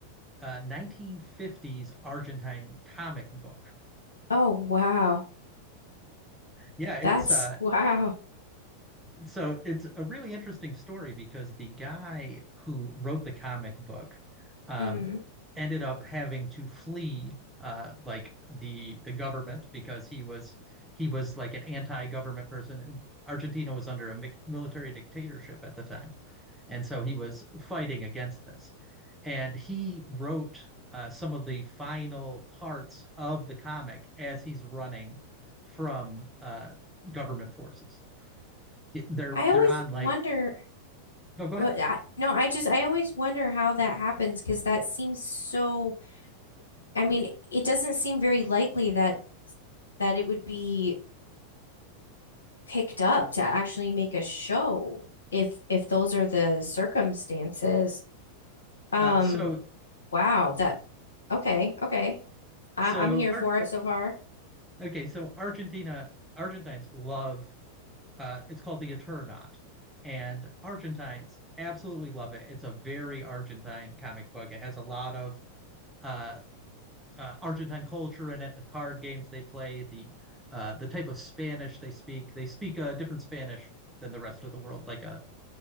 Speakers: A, in the centre; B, on the left.
A: uh, 1950s Argentine comic book.
B: Oh, wow.
A: Yeah, it's
B: That's
A: uh,
B: wow.
A: so it's a really interesting story because the guy who wrote the comic book um,
B: hmm
A: ended up having to flee uh, like the the government because he was he was like an anti-government person. Argentina was under a military dictatorship at the time, and so he was fighting against this. And he wrote uh, some of the final parts of the comic as he's running from uh, government forces. Yeah, they're
B: I
A: they're
B: always
A: on like
B: wonder
A: no go
B: what
A: ahead
B: I, no, I just I always wonder how that happens because that seems so I mean, it doesn't seem very likely that that it would be picked up to actually make a show if if those are the circumstances. Um,
A: uh so
B: wow, that okay, okay. I,
A: so
B: I'm here
A: art
B: for it so far.
A: okay so argentina argentines love uh it's called the eternaut and argentines absolutely love it it's a very argentine comic book it has a lot of uh, uh argentine culture in it the card games they play the uh the type of spanish they speak they speak a different spanish than the rest of the world like a